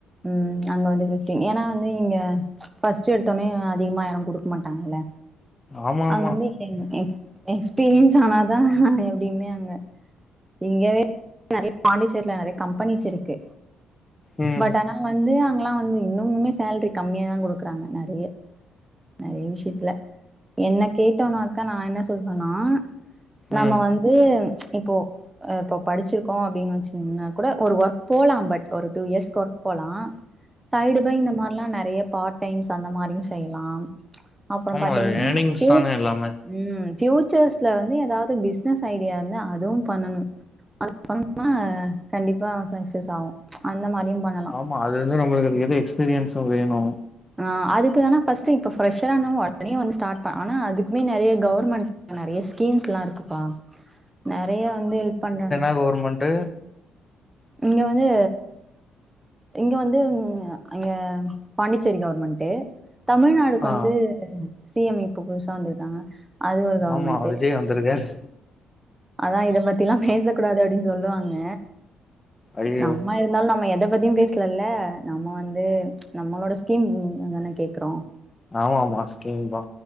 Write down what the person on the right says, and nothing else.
ம் அங்க வந்து பிப்டின் ஏன்னா வந்து இங்க பர்ஸ்ட்ட் எடுத்தோடனே அதிகமா யாரும் குடுக்க மாட்டாங்கல்ல
அங்க வந்து ஏ எக்ஸ்பீரியன்ஸ் ஆனாதா எப்டியுமே அங்க இங்கவே நெறைய பாண்டிச்சேரி நெறைய கம்பெனிஸ் இருக்கு
பட் ஆனா வந்து அங்கெல்லா வந்து இன்னுமுமே சேல்ரி கம்மிய தா குடுக்குறாங்க நெறைய நெறைய விஷயத்துல என்ன கேட்டோனாக்கா நா என்ன சொல்றனா நம்ம
வந்து இப்போ இப்போ படிச்சிருக்கோ அப்டின்னு வெச்சீங்கன்னா கூட ஒரு ஒர்க் போலா பட் ஒரு டூ இயர்ஸ்க ஒர்க் போலா
சைடு ஃபை இந்த மாரிலா நெறைய பார்ட் டைம்ஸ் அந்த மாரியு செய்யலா அப்பறோ
பாத்தீங்கன்னா
பேச்
ம் ஃப்யூச்சர்ஸ்ல வந்து ஏதாவது பிஸ்னஸ் ஐடியா இருந்த அதுவு பண்ணணு <inaudible> பண்ணனா கண்டிப்பா சக்சஸ் ஆகு அந்த மாரியு பண்ணலா
ஆ அதுக்கு வேணா ஃபஸ்ட் இப்ப ஃப்ரெஷரானா உடனே ஓன் ஸடார்ட் பண் ஆனா அதுக்குமே நறைய கவர்மெண்ட் நறைய ஸ்கீம்ஸ்லா இருக்குப்பா நறைய வந்து ஹெல்ப் பண்றன்
இங்க வந்து இங்க வந்து அங்கே பாண்டிச்சேரி கவுர்மெண்ட்டு தமிழ்நாடுக்கு
வந்து சி எம் இப்போ புதுசா வந்துருக்காங்க அது ஒரு கவுர்மெண்ட்டு
ம் அதா இதப்பத்திலா பேசக்கூடாது அப்டின்னு சொல்லுவாங்க
நம்ம என்னவா இருந்தாலு நம்ப எத பத்தியு பேஸ்லல்ல நம்ப வந்து நம்ளோட ஸ்கீம் அதான கேக்றோ